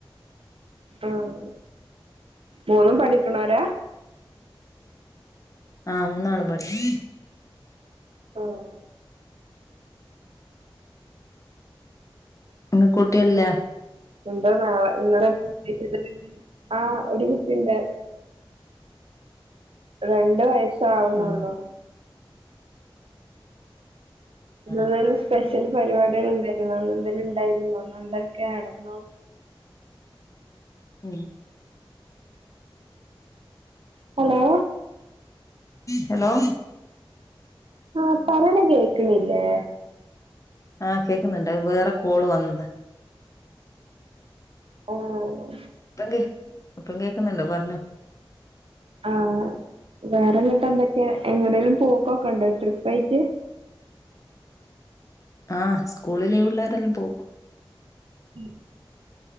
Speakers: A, on the right (about 80°); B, on the left (about 35°).
A: ആഹ് മൂന്നും പഠി ക്കണോര?
B: ആഹ് മൂന്നാളും പഠി
A: ആഹ്
B: ഇങ്ങക്ക് കുട്ടിയില്ല
A: ഉണ്ടോന്ന <unintelligible> ആഹ് ഒരു കുട്ടി ഇണ്ട്. രണ്ട് വയസ് സാവണുള്ളു.
B: ഉം
A: ഇന്നന്തേലും
B: ആ.
A: സ്പെ ഷ്യല് പരിപാടികൾ ഇണ്ടാരുന്നാന്ന് എന്തേലും ഇണ്ടായിരുന്നാ ഇന്നെന്തൊക്കെ നടന്നു
B: ഉം
A: ഹലോ
B: ഹലോ
A: ആഹ് പറയണ കേക്കണില്ലേ?
B: ആഹ് കേക്കുന്നുണ്ട് അത് വേറെ കോള് വന്നതാ
A: ഒ ഓ
B: ഇപ്പം കേ ഇപ്പം കേക്കുന്നല്ലോ പറഞ്ഞോ
A: ആഹ് വേറെങ്ങെട്ടെന്തൊക്കയ എങ്ങടേലും പോക്കൊക്കെണ്ടോ ട്രിപ്പായിട്ട്
B: ആഹ് സ്കൂള് ലീവ് ഉള്ളോരെല്ലാം പോകും
A: ഉം